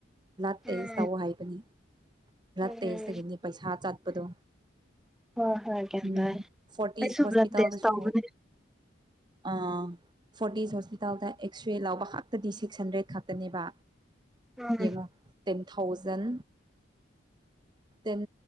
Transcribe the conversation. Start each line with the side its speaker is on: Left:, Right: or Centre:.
Right: ꯕ꯭ꯂꯗ ꯇꯦꯁ
Centre: ꯎꯝ
Right: ꯇꯧ ꯍꯥꯏꯕꯅꯤ ꯕ꯭ꯂꯠ
Centre: ꯎꯝ
Right: ꯇꯦꯁꯇꯒꯤꯅꯤ ꯄꯩꯁꯥ ꯆꯠꯄꯗꯣ
Centre: ꯍꯣꯏ ꯍꯣꯏ ꯒ꯭ꯌꯥꯟ
Right: ꯎꯝ
Centre: ꯇꯥꯏ
Right: ꯐꯣꯔꯇꯤꯁ
Centre: ꯑꯩꯁꯨ
Right: ꯍꯣꯁꯄꯤꯇꯥꯜꯗꯁꯨ
Centre: ꯕ꯭ꯂꯠ ꯇꯦꯁ ꯇꯧꯕꯅꯦ
Right: ꯑꯥ ꯐꯣꯔꯇꯤꯁ ꯍꯣꯁꯄꯤꯇꯥꯜꯗ ꯑꯦꯛꯁ꯭ꯔꯦ ꯂꯧꯕ ꯈꯛꯇꯗꯤ ꯁꯤꯛꯁ ꯍꯟꯗ꯭ꯔꯦꯗ ꯈꯛꯇꯅꯦꯕ
Centre: ꯎꯝ
Right: ꯌꯦꯡꯉꯣ ten thousand ten